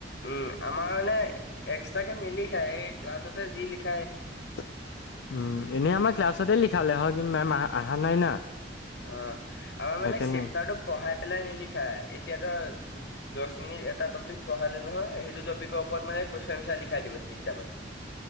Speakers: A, on the left; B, on the left.
A: উম, আমাৰ মানে এক্সট্ৰাকে নিলিখাই এই ক্লাছতে যি লিখ
B: উম, এনে আমাৰ ক্লাছতে লিখালে হয়। কিন্তু মেম অহা নাই না।
A: অ', আমাৰ
B: সেইকাৰণে
A: মানে চেপ্তাৰটো পঢ়াই পেলাই নিলিখা এতিয়াতো দহ মিনিট এটা টিপিক পঢালে নহয় সেইটো টপিকৰ ওপৰত মানে কোৱেচন এনচাৰ লিখাই দিব তিনিটামান।